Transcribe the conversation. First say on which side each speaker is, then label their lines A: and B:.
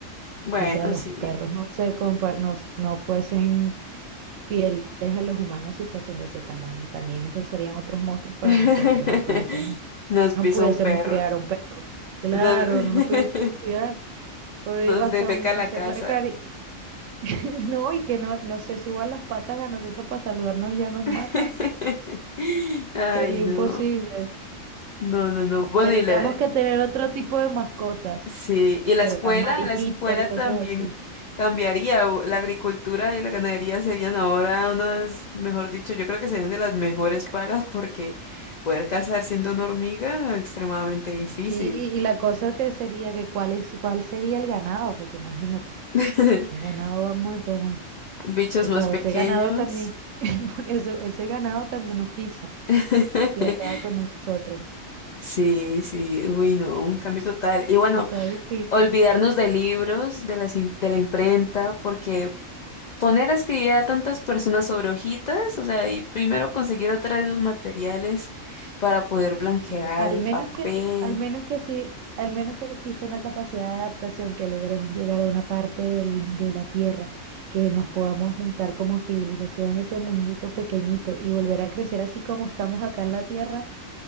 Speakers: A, on the left; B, on the right.
A: Bueno,
B: O sea, los
A: sí.
B: perros no se compa- no, s- no fuesen fieles a los humanos si fuesen de ese tamaño. También esos serían otros monstruos para
A: <laughs>
B: nosotros, no pudiésemos
A: Nos
B: No
A: pisa
B: pudiésemos
A: un perro.
B: cuidar a un perro. Claro,
A: Nos, <laughs>
B: no lo pudiésemos cuidar. Pobre-
A: nos
B: hasta
A: defeca
B: un-
A: la
B: hacerle
A: casa.
B: cari. <laughs> No, y que no, no se suban las patas a nosotros para saludarnos, ya nos
A: <laughs>
B: matan.
A: Ay,
B: Sería
A: no.
B: imposible.
A: No, no, no. Bueno,
B: Tendríamos
A: y la,
B: que tener otro tipo de mascotas.
A: Sí, y
B: Serán
A: la escuela,
B: mariquitas
A: en la escuela
B: y cosas
A: también
B: así.
A: cambiaría. u- La agricultura y la ganadería serían ahora unas, mejor dicho, yo creo que serían de las mejores pagas porque poder cazar siendo una hormiga es extremadamente difícil.
B: Sí, y la cosa que sería que cuál es, cuál sería el ganado, porque imagínate,
A: <laughs>
B: ¿qué ganado vamos a tener?
A: Bichos
B: O
A: más
B: sea,
A: pequeños.
B: este ganado también, <laughs> por eso, ese ganado también nos pisa
A: <laughs>
B: y acaba con nosotros.
A: Sí, sí, uy, no, un cambio total. Y bueno,
B: Está difícil.
A: olvidarnos de libros, de las, im- de la imprenta, porque poner a escribir a tantas personas sobre hojitas, o sea, y primero conseguir otra vez los materiales para poder blanquear
B: sí. Al
A: el
B: menos
A: papel.
B: que, al menos que sí, al menos que exista una capacidad de adaptación, que logremos llegar a una parte del- de la Tierra, que nos podamos juntar como civilización, ese mundito pequeñito y volver a crecer así como estamos acá en la Tierra,